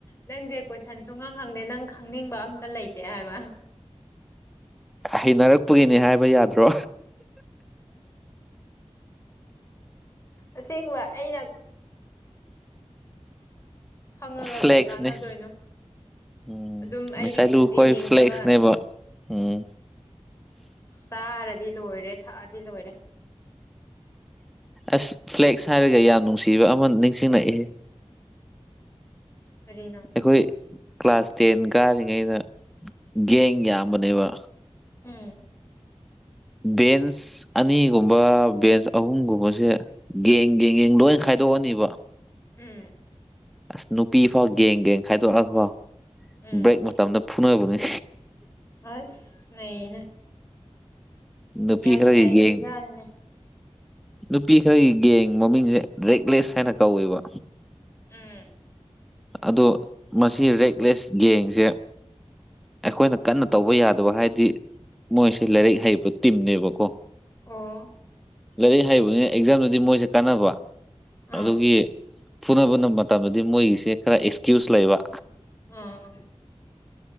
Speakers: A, on the left; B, in the centre.
A: ꯅꯪ ꯀꯣꯏꯁꯟ ꯁꯨꯡꯍꯪ ꯍꯪꯗꯦ ꯅꯪ ꯈꯪꯅꯤꯡꯕ ꯑꯝꯇ ꯂꯩꯇꯦ ꯍꯥꯏꯕ
B: ꯍꯩꯅꯔꯛꯄꯒꯤꯅꯤ ꯍꯥꯏꯕ ꯌꯥꯗ꯭ꯔꯣ
A: ꯑꯁꯦꯡꯕ ꯑꯩꯅ ꯈꯪꯉꯒ
B: ꯐ꯭ꯂꯦꯛꯁꯅꯦ
A: ꯀꯩ ꯀꯥꯟꯅꯗꯣꯏꯅꯣ
B: ꯎꯝ
A: ꯑꯗꯨꯝ ꯑꯩꯒꯤ
B: ꯃꯤꯁꯥꯏꯂꯨ
A: ꯄꯨꯟꯁꯤ
B: ꯈꯣꯏ
A: ꯍꯤꯡꯅꯕ
B: ꯐ꯭ꯂꯦꯛꯁꯅꯦꯕ ꯎꯝ
A: ꯆꯥꯔꯗꯤ ꯂꯣꯏꯔꯦ ꯊꯛꯑꯗꯤ ꯂꯣꯏꯔꯦ
B: ꯑꯁ ꯐ꯭ꯂꯦꯛꯁ ꯍꯥꯏꯔꯒ ꯌꯥꯝ ꯅꯨꯡꯁꯤꯕ ꯑꯃ ꯅꯤꯡꯁꯤꯡꯂꯛꯏꯍ‌ꯦ
A: ꯀꯔꯤꯅꯣ
B: ꯑꯩꯈꯣꯏ ꯀ꯭ꯂꯥꯁ ꯇꯦꯟ ꯀꯥꯔꯤꯉꯩꯗ ꯒꯦꯡ ꯌꯥꯝꯕꯅꯦꯕ
A: ꯎꯝ
B: ꯕꯦꯟꯁ ꯑꯅꯤꯒꯨꯝꯕ ꯕꯦꯟꯁ ꯑꯍꯨꯝꯒꯨꯝꯕꯁꯦ ꯒ‌ꯦꯡ ꯒ‌ꯦꯡ ꯒ‌ꯦꯡ ꯂꯣꯏ ꯈꯥꯏꯗꯣꯛꯑꯅꯤꯕ
A: ꯎꯝ
B: ꯑꯁ ꯅꯨꯄꯤ ꯐꯥꯎ ꯒꯦꯡ ꯒꯦꯡ ꯈꯥꯏꯗꯣꯛꯑꯒ‌ꯣ
A: ꯎꯝ
B: ꯕ꯭ꯔꯦꯛ ꯃꯇꯝꯗ ꯐꯨꯅꯕꯅꯤ
A: ꯑꯁ ꯅꯩꯅꯦ
B: ꯅꯨꯄꯤ
A: ꯌꯥꯝ
B: ꯈꯔꯒꯤ
A: ꯅꯩꯔꯤꯖꯅꯤꯅ‌ꯦ
B: ꯒꯦꯡ ꯅꯨꯄꯤ ꯈꯔꯒꯤ ꯒꯦꯡ ꯃꯃꯤꯡꯁꯦ ꯔꯦꯛꯂꯦꯁ ꯍꯥꯏꯅ ꯀꯧꯋꯦꯕ
A: ꯎꯝ
B: ꯑꯗ‌ꯣ ꯃꯁꯤ ꯔꯦꯛꯂꯦꯁ ꯒꯦꯡꯁꯦ ꯑꯩꯈꯣꯏꯅ ꯀꯟꯅ ꯇꯧꯕ ꯌꯥꯗꯕ ꯍꯥꯏꯗꯤ ꯃꯣꯏꯁ‌ꯦ ꯂꯥꯏꯔꯤꯛ ꯍꯩꯕ ꯇꯤꯝꯅꯦꯕꯀꯣ
A: ꯑꯣ
B: ꯂꯥꯏꯔꯤꯛ ꯍꯩꯕꯅꯤ ꯑꯦꯛꯖꯥꯝꯗꯗꯤ ꯃꯣꯏꯖ‌ꯦ ꯀꯥꯟꯅꯕ
A: ꯎꯝ
B: ꯑꯗꯨꯒꯤ ꯐꯨꯅꯕ ꯃꯇꯝꯗꯗꯤ ꯃꯣꯏꯒꯤꯁꯦ ꯈꯔ ꯑꯦꯛꯁꯀ꯭ꯌꯨꯁ ꯂꯩꯕ
A: ꯑꯥ